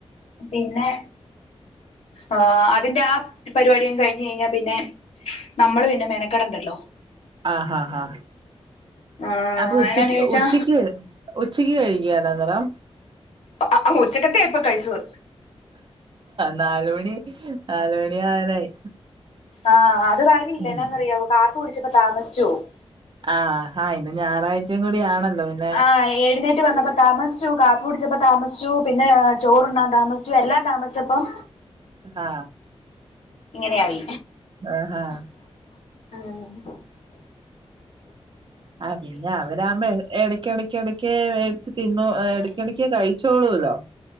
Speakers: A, on the left (about 85°); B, on the right (about 50°).
A: പിന്നെ ആഹ് അതിന്റെ ആ പരിപാടി അങ്ങ് കഴിഞ്ഞ്കഴിഞ്ഞാ പിന്നെ നമ്മള് പിന്നെ മെനക്കെടണ്ടല്ലോ
B: ആഹാഹാ
A: ആഹ്
B: അപ്പൊ ഉച്ചക്ക്
A: എന്നാന്ന് ചോയിച്ചാ
B: ഉച്ചയ്ക്ക്.. ഉച്ചയ്ക്ക് കഴികേല അന്നരം
A: ആ അ ഉച്ചക്കത്തെയ ഇപ്പോകഴിച്ചത്
B: നാലുമണി നാലുമണി ആവാനായി
A: ആഹ് അത് കാര്യവില്ല
B: ഉം
A: എന്നാന്നറിയാവോ കാപ്പികുടിച്ചപ്പോ താമസിച്ചുപോവും
B: ആഹ് ഹാ ഇന്ന് ഞായറാഴ്ചയും കൂടി ആണല്ലോ പിന്നെ
A: ആഹ് എഴുന്നേറ്റ് വന്നപ്പോ താമസിച്ചു കാപ്പി കുടിച്ചപ്പോ താമസിച്ചു പിന്നെ ചോറുണ്ണാൻതാമസി ച്ചു എല്ലാം താമസിച്ചപ്പം
B: ഹാ
A: ഇങ്ങനെയായി
B: ആഹ് ഹാ
A: ആഹ്
B: ആ പിന്നെ അവരാമ്പോ എ ഏട ക്കിടയ്ക്ക്ക്കിടയ്ക്ക് മേടിച്ച് തിന്നു ഇടക്കിടയ്ക്ക് കഴിച്ചോളൊല്ലോ.